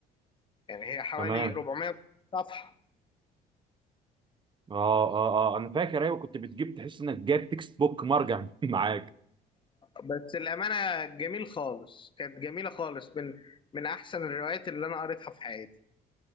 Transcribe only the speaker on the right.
تمام
اه اه اه انا فاكر ايوه كنت بتجيب تحس انك جايب تكست بوك مرجع <laughs> معاك